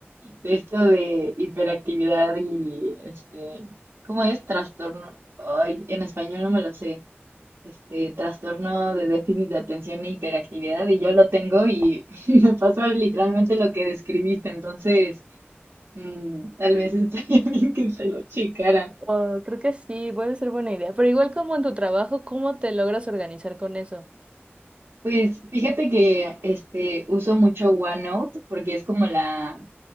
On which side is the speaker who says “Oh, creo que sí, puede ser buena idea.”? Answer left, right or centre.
Right